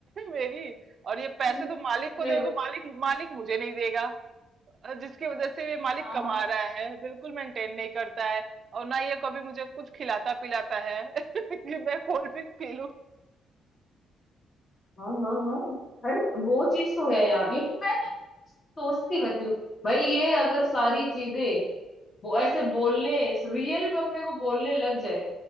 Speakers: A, on the right (about 50°); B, on the left (about 40°).
A: <laughs> मेरी और ये पैसे
B: <laughs>
A: तो मालिक को
B: अरे
A: दोगे मालिक मालिक मुझे नहीं देगा जिसकी वजह से ये मालिक
B: हाँ
A: कमा
B: हाँ
A: रहा है बिल्कुल मेंटेन नहीं करता है और ना ये कभी मुझे कुछ खिलाता पिलाता है <laughs> कि मैं कोल्ड ड्रिंक पी लूं
B: हाँ हाँ हाँ हाँ। अरे वो चीज तो है यार लेकिन मैं सोचती रहती हूँ भाई ये अगर सारी चीजें वो ऐसे बोलने रियल में अपने को बोलने लग जाए